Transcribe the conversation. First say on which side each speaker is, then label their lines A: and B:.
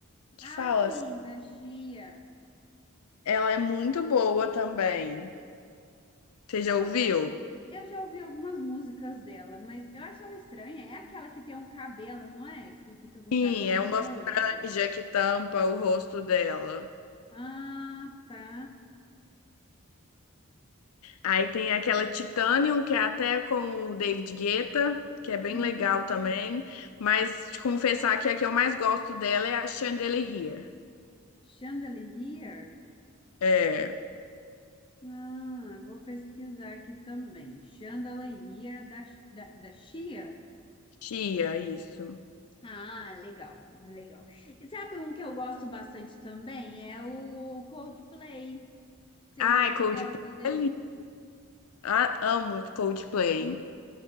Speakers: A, on the left (about 75°); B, on the left (about 20°).
A: que
B: ah,
A: fala.
B: sim,
A: assim,
B: da Sia.
A: Ela é muito boa também. Você
B: Eu,
A: já ouviu?
B: eu já ouvi algumas músicas dela, mas eu acho ela estranha. É aquela que tem um cabelo, não é? Que fica com
A: Sim,
B: o cabelo
A: é uma
B: no rosto.
A: franja que tampa o rosto dela.
B: Ah, tá.
A: Aí tem aquela Titanium, que é até com o David Guetta, que é bem
B: Hum.
A: legal também. Mas te confessar que a que eu mais gosto dela é a Chandelier.
B: Chandelier?
A: É,
B: Ah, eu vou pesquisar aqui também. Chandelier da, da, da Chia?
A: chia, isso.
B: Ah, legal, legal. E sabe um que eu gosto bastante também? É o Coldplay. Você
A: Ai,
B: você
A: Coldplay.
B: gosta deles?
A: Ah, amo Coldplay.